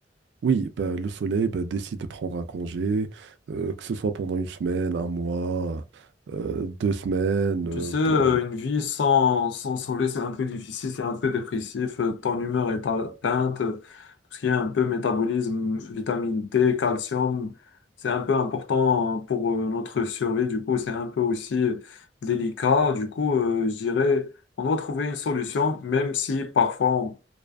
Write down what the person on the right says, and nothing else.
Oui, bah, le soleil bah, décide de prendre un congé, euh, que ce soit pendant une semaine, un mois, euh, deux semaines. euh,
p- euh,